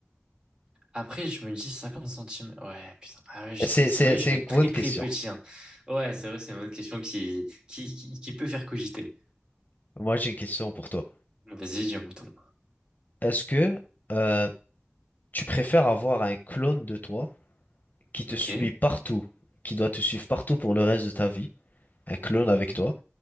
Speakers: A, on the right; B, on the left.
A: Après, je me dis 50 centimes. Ouais, putain. Ah ouais, je-
B: C'est,
A: c'est c'est
B: c'est,
A: vrai,
B: c'est
A: je vais
B: une
A: être
B: bonne
A: très
B: question.
A: très petit. hein. Ouais, c'est vrai, c'est une autre question qui, qui, qui, qui peut faire cogiter.
B: Moi, j'ai une question pour toi.
A: Vas-y, dis un mouton.
B: Est-ce que euh, tu préfères avoir un clone de toi qui te
A: Ok.
B: suit partout, qui doit te suivre partout pour le reste de ta vie, un clone avec
A: Mhm.
B: toi,